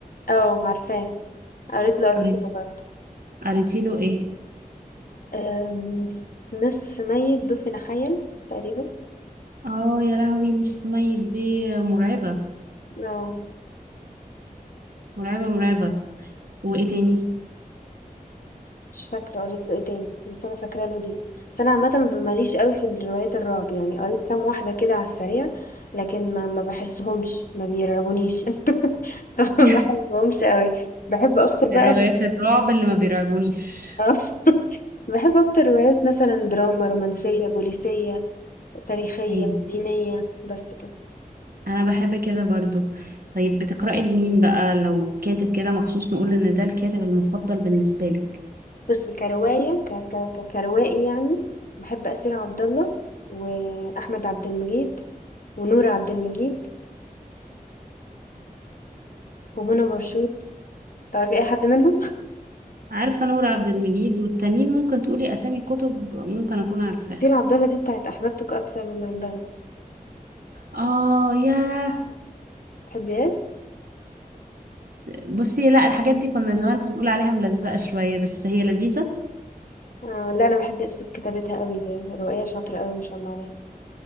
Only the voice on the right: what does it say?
قري-
قريتي له ايه
اه يا لهوي نصف ميت دي مرعبة
مرعبة مرعبة وايه تاني
<laughs>
الروايات
الرعب اللي ما بيرعبونيش
ايوه
انا بحب كده برضو طيب بتقرأي لمين بقى لو كاتب كده مخصوص نقول ان ده الكاتب المفضل بالنسبة لك
عارفة نور عبد المجيد والتانيين ممكن تقولي اسامي كتب ممكن اكون عارفاها
اه ياه
بصي لا الحاجات دي كنا زمان بنقول عليها ملزقة شوية بس هي لذيذة